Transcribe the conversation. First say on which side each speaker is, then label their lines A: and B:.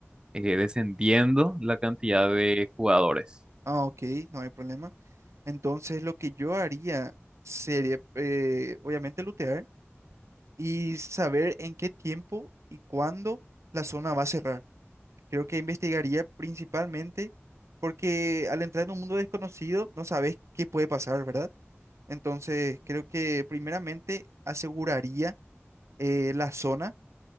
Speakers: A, on the right (about 20°); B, on the right (about 80°).
A: eh, descendiendo la cantidad de jugadores.
B: Ah, ok, no hay problema. Entonces, lo que yo haría sería, eh, obviamente, lootear y saber en qué tiempo y cuándo la zona va a cerrar. Creo que investigaría principalmente porque al entrar en un mundo desconocido no sabes qué puede pasar, ¿verdad? Entonces, creo que primeramente aseguraría eh, la zona